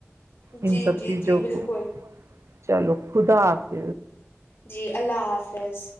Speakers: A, on the left; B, on the right.
A: جی
B: ان سب
A: جی
B: چیزوں
A: جی بالکل
B: کو چلو خدا پ
A: جی اللہ حافظ